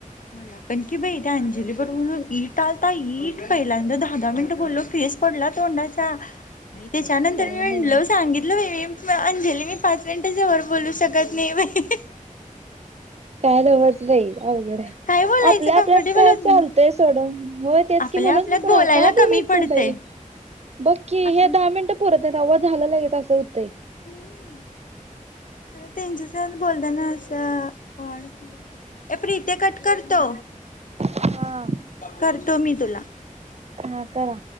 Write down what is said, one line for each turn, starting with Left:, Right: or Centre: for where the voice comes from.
Left: मला पण कि बाई ते अंजली पर म्हणून ईट आलता ईट पहि दहा दहा मिनिट बोललो फेस पडला तोंडाचा अ त्याच्यानंतर
Right: काय
Left: मी म्हणल
Right: नव्ह
Left: सांगितलं म म अंजली मी पाच मिनिटांच्या वर बोलू शकत नाही बाहि
Right: काय नवज भाई अवघड आहे
Left: काय बोलायचं
Right: आपल्या आपल्यात
Left: कम्फर्टेबल
Right: काय
Left: होत नाही
Right: चालतय सोड होय तेच
Left: आपल्या
Right: की म्हणूनच
Left: आपल्यात
Right: मी कुणा
Left: बोलायला
Right: काय बोलायचं
Left: कमी पडते
Right: बाई बक्की
Left: आपल
Right: हे दहा मिनिटं पुरत नाही आवाज झाला लागे असं होतंय
Left: हम्म खरं त्यांच्यासह बोलताना असं वाड ए प्रीिते कट करतो
Right: हा
Left: करतो मी तुला
Right: हा करा